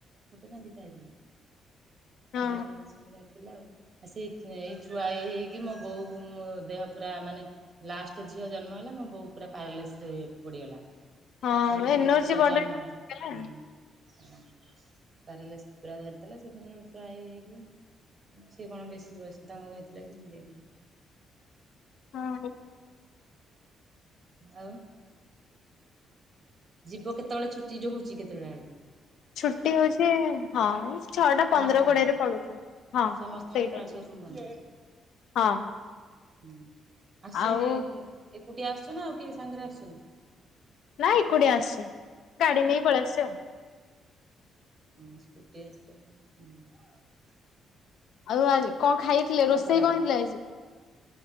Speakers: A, on the right; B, on the left.
A: ଗୁଟେ ନା ଦିଟା ହେଇଥିଲେ
B: ହଁ
A: ଆଜ୍ଞା ଏ ସନ୍ଦ୍ୟା ଥିଲା ଆଉ ସେଇ ଏଇ ଛୁଆ ଏଇ ହେଇ ହେଉକି ମୋ ବୋଉ ମୋ ଦେହ ପୁରା ମାନେ ଲାଷ୍ଟ ଝିଅ ଜନ୍ମ ହେଲା। ମୋ ବୋଉ ପୁରା ପାରାଲିସିଶି ହେଇ ପଡିଗଲା।
B: ହଁ
A: ଯୋଉ ଦିନ
B: ଏନୋର୍ଛି ବଡ
A: ଜନ୍ମ ହେଲା
B: ହେଲା
A: ହୁଁ। ପାରଲିସି ପୁରା ଧରିଦେଥିଲା ସେଦିନ ପ୍ରାୟ ହେଇ ହେଇ କି ସେ କଣ ବେଶୀ ବୟସ ତାଙ୍କ ହେଇଥିଲା କି ମରିଆ
B: ହଁ।
A: ଆଉ ଯିବ କେତେବେଳେ ଛୁଟି ଯ ହଉଛି ଚିକେତୁଆଳେ।
B: ଛୁଟି ହଉଛି ହଁ ଛଅଟା
A: ସମସ୍ତଙ୍କର
B: ପନ୍ଦର କୋଡିଏରେ ପଡୁଛନ୍ତି ହଁ। ସେଇଟି
A: ସମସ୍ତଙ୍କର ପୁରା
B: ଟାଇମ୍
A: ସୋରୁମ ବନ୍ଦ
B: ହଁ।
A: ହୁଁ। ଆସୁଛନ୍ତି
B: ଆଉ
A: ଏକୁଟିଆ ଆସ ସୁନା ଆଉ କିଏ ସାଙ୍ଗରେ ଆସିଛ
B: ନାଇଁ ଏକୁଟିଆ ଆସିଚି। ଗାଡି ନେଇ ପଳେ ଆସିଚି ଆଉ।
A: ହୁଁ ସ୍କୁଟି ଆଜିି କାଲି
B: ଆଉ ଆଜି କଣ ଖାଇଥିଲେ ରୋଷେଇ
A: ଖରାବେଳେ?
B: କଣ ହେଇଥିଲେ ଆଜି?